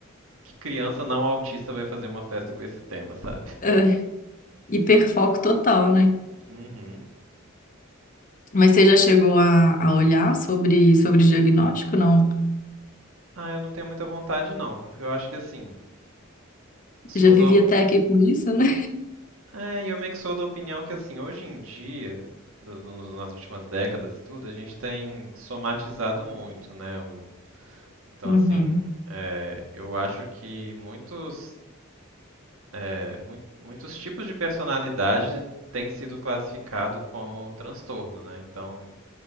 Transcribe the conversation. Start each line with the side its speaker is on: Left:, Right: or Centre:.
Right: que criança não autista vai fazer uma festa com esse tema, <laughs> sabe?
Left: ah, hiperfoco total, né?
Right: Uhum.
Left: Mas você já chegou a, a olhar sobre, sobre diagnóstico? Não.
Right: Ah, eu não tenho muita vontade não, porque eu acho que assim, sou
Left: Já vivi
Right: da...
Left: até aqui com isso, né?
Right: É, e eu meio que sou da opinião que assim, hoje em dia, do- do- nas últimas décadas e tudo, a gente tem somatizado muito, né, o- Então,
Left: Uhum.
Right: assim, é, eu acho que muitos, é, mui- muitos tipos de personalidade têm sido classificado como transtorno, né? Então,